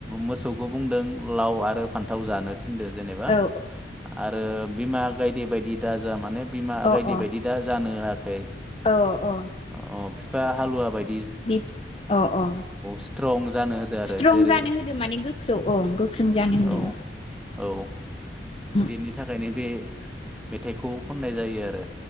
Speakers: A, in the centre; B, on the left.
A: मोसौ खौ बुंदों लाव आरो फान्थाव जानो थिनदो जेनेबा
B: औ
A: आरो बिमा गायदे बायदि दा जा माने बिमा
B: अ
A: बायदि बायदि दा जानो होआखै
B: अ औ अ
A: अ बिफा हालुवा बाय
B: बे अ अ
A: स्ट्रं जानो होदो आरो
B: स्ट्रं
A: जेरै
B: जानो होदो माने गोख्रो औ गोख्रों जानो होदों
A: औ औ
B: ओम।
A: बेनि थाखायनो बे मेथाइखौ खननाय जायो आरो।